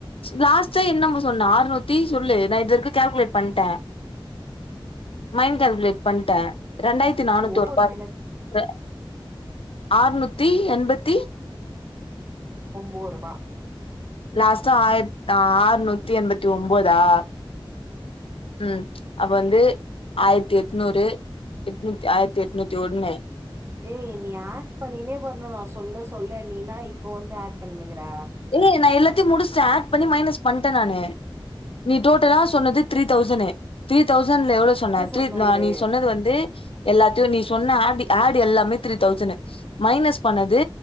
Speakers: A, on the left; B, on the right.
A: லாஸ்ட்டா என்னம்பர் சொன்னே ஆர்நூத்தி சொல்லு நா இதுவரிக்கு கால்குலேட் பண்ட்ட மைண்ட் கால்குலேட் பண்ட்ட ரெண்டாயிரத் தி நானுத்தொர்பா
B: ஒரே ஒரு மைனஸ்
A: இருக்குது ஆர்நூத்தி எண்பத்தி
B: ஒம்போருபா
A: லாஸ்டா ஆயிர்த் ஆறுநூத்தி எண்பத்தி ஒம்போதா ம் அப்ப வந்து ஆயிரத்தி எட்நூறு எட்நூத்தி ஆயிரத்தி எட்நூத்தி ஒன்னு
B: ஏய் நீ ஆட் பண்ணினே வர்ணு நா சொல்ல சொல்ல நீ இன்னா இப்போ வந்து ஆட் பண்ணினுகிற
A: ஏய் நா எல்லாத்தயு முடிச்சுட்ட ஆட் பண்ணி மைனஸ் பண்ட்ட நானு நீ டோட்டலா சொன்னது த்ரி தௌசனு த்ரீ தௌசண்ட்ல எவ்ளோ சொன்ன த்ரீ
B: சொல்லணு எனக்கு
A: நீ சொன்னது வந்து எல்லாத்தயு நீ சொன்ன ஆ ஆட் எல்லாமே த்ரீ தௌசனு மைனஸ் பண்ணது